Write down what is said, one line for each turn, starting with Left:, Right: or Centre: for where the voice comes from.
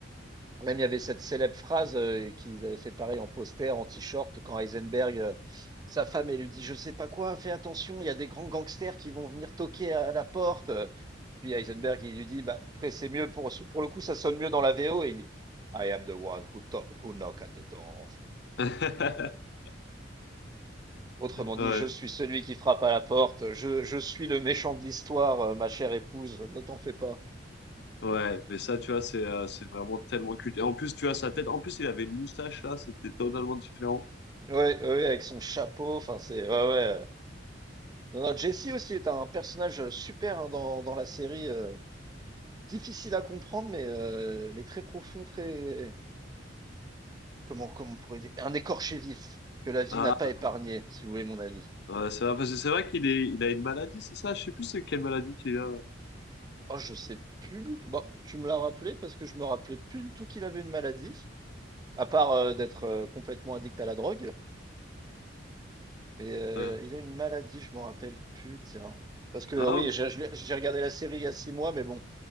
Right: Même il y avait cette célèbre phrase, heu, qu'ils avaient fait pareil en poster, en T-shirt, quand Heisenberg, heu, sa femme, elle lui dit: «Je sais pas quoi, fais attention, il y a des grands gangsters qui vont venir toquer à la porte», puis Heisenberg, il lui dit: «Bah, après c'est mieux pour pour le coup, ça sonne mieux dans la VO» et il dit: «I am the one who to who knock at the door».
Left: <laughs>
Right: Autrement dit:
Left: Ouais.
Right: «Je suis celui qui frappe à la porte, je je suis le méchant de l'histoire, heu, ma chère épouse, ne t'en fais pas».
Left: Ouais, mais ça, tu vois, c'est euh, c'est vraiment tellement culte. Et en plus, tu vois, sa tête, en plus, il avait une moustache là, c'était totalement différent.
Right: Ouais, ouais, ouais, avec son chapeau, enfin c'est ouais ouais. Non, non, Jesse aussi est un personnage super hein, dans, dans la série, euh, difficile à comprendre mais euh, mais très profond, très comment comment on pourrait dire un écorché vif que la vie
Left: Ah,
Right: n'a pas épargné, si vous voulez mon avis.
Left: ouais, c'est vrai, parce que c'est vrai qu'il est, il a une maladie, c'est ça? Je sais plus c'est quelle maladie qu'il a.
Right: Oh, je sais plus. Bon, tu me l'as rappelé parce que je me rappelais plus du tout qu'il avait une maladie, à part euh, d'être euh, complètement addict à la drogue. Mais euh,
Left: Euh,
Right: il a une maladie, je m'en rappelle plus, tiens. Parce que
Left: ah,
Right: euh, oui,
Left: ok.
Right: j'ai je l'ai- j'ai regardé la série il y a six mois, mais bon,